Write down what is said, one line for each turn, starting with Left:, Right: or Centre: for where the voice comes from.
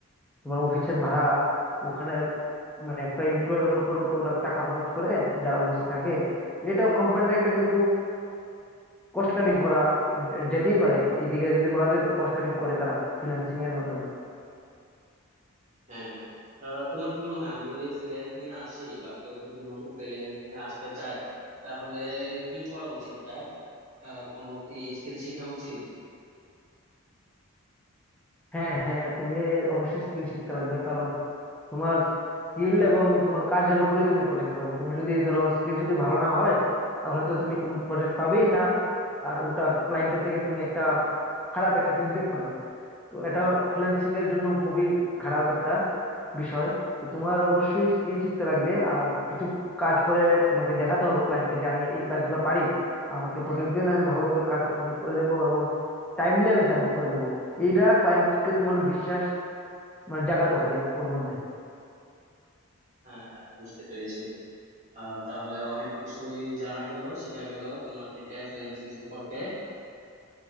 Centre: তোমার অফিসের ভাড়া ওখানে মানে একটা এমপ্লয়ের উপর তো ওরা টাকা খরচ করে যারা অফিসে থাকে তো এটাও কোম্পানির একটা কিন্তু কস্ট কাটিং করা যে- যেতেই পারে এদিকে যদি বলা যায় তো কস্ট কাটিং করে তারা ফ্রিল্যান্সিং এর মাধ্যমে
Right: হ্যাঁ আহ, তোমার কি মনে হয় আমি যদি ফ্রিল্যান্সিং এ আসি বা কেউ যদি নতুন ফ্রিল্যান্সিং এ আসতে চায় তাহলে কি করা উচিত তার আহ কোনো কি স্কিল শেখা উচিত
Centre: হ্যাঁ হ্যাঁ তুমি অবশ্যই স্কিল শিখতে লাগবে কারণ তোমার স্কিল এবং তোমার কাজের উপরেই তুমি প্রজেক্ট পাবে তুমি যদি ধরো স্কিল যদি ভালো না হয় তাহলে তো তুমি কোন প্রজেক্ট পাবেই না আর উল্টা ক্লায়েন্টের থেকে তুমি একটা খারাপ একটা ফিডব্যাক পাবে তো এটা ফ্রিল্যান্সিং এর জন্য খুবই খারাপ একটা বিষয় তো তোমার অবশ্যই স্কিল শিখতে লাগবে আর কিছু কাজ করে তোমাকে দেখাতে হবে ক্লায়েন্টকে যে আমি এই কাজগুলো পারি আমাকে প্রজেক্ট দিন আমি ভালোভাবে কাজটা কমপ্লিট করে দেবো এবং টাইমলি আমি সাবমিট করে দেবো এইটা ক্লায়েন্টকে তোমার বিশ্বাস মানে জাগাতে হবে ওর মধ্যে
Right: হ্যাঁ বুঝতে পেরেছি আহ তাহলে অনেক কিছুই জানা গেল শেখা গেল তোমার থেকে ফ্রিল্যান্সিং সম্পর্কে